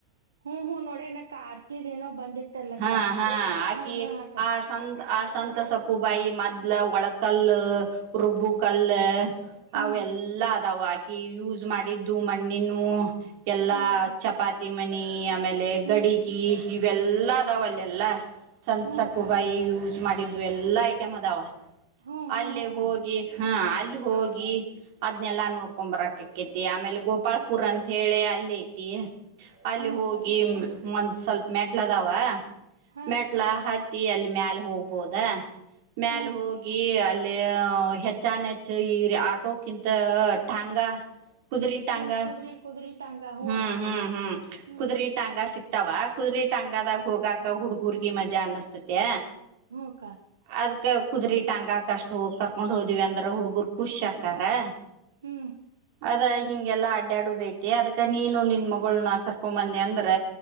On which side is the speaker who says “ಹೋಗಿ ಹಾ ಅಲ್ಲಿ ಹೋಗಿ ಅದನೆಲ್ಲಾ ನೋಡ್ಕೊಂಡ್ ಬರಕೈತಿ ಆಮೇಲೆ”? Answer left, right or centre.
Right